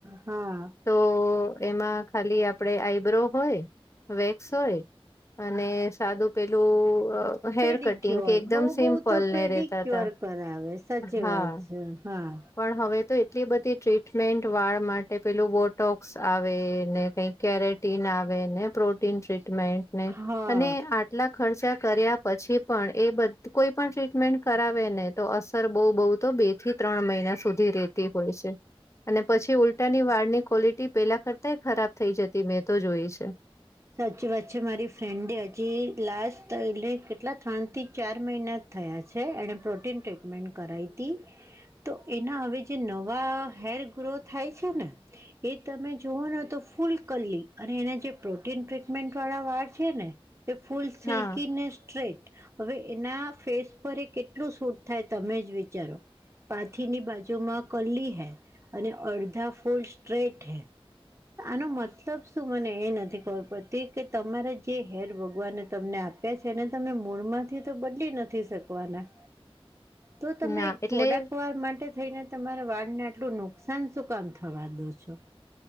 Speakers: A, on the right (about 30°); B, on the left (about 30°).
A: હા
B: તો એમાં ખાલી આપડે આઈબ્રો હોય વેક્સ સોય અને સાદું પેલું હેર
A: પેડિક્યોર
B: કટિંગ કે એકદમ
A: બહુ
B: સિમ્પલ
A: બહુ તો પેડિક્યોર
B: ને રેતા હતા
A: કરાવે સાચી
B: હા
A: વાત છે. હા
B: પણ હવે તો એટલી બધી ટ્રીટમેન્ટ વાળ માટે પેલું બોટોક્સ આવે ને કઈ કકેરેટન ટીન આવેને પ્રોટીન ટ્રીટમેન્ટને
A: હા
B: અને આટલા ખર્ચા કર્યા પછી પણ એ બ કોઈ પણ ટ્રીટમેન્ટ કરાવે ને તો અસર બહુ બહ તો બે થી ત્રણ મહિના સુધી રહેતી હોય છે. અને પછી ઉલટાની વાળ ની ક્વોલિટી પેલા કરતાય ખરાબ થઈ જતી મેં તો જોઈ છે.
A: સાચી વાત છે મારી ફ્રેન્ડે હજી લાસ્ટ એલે કેટલા ત્રણ થી ચાર મહિના થયા છે એણે પ્રોટીન ટ્રીટમેન્ટ કરાવતી તો એના હવે જે નવા હેર ગ્રો થાય છે ને એ તમે જોવો ને તો ફૂલ કલ્લી અને એના જે પ્રો કે ટ્રીટમેન્ટ વાળા વાર છે ને એ ફૂલ સિલ્કી
B: હા
A: ને સ્ટ્રેટ હવે એના ફેસ પર એ કેટલું સૂટ થાય તમે જ વિચારો પાથીની બાજુમાં કરલી હેર અને અડધા ફૂલ સ્ટ્રેટ હેર આનો મતલબ શું મને એ નથી પડતી કે તમારે જે હેર ભગવાને તમને આપ્યા છે એને તમે મૂળમાંથી તો બદલી નથી શક શકવાના
B: <inaudible>
A: તો તમે
B: ના
A: એક
B: એટલે
A: થોડાક વાર માટે થઈને તમારા વાળને આટલું નુકસાન શું કામ થવા દો છો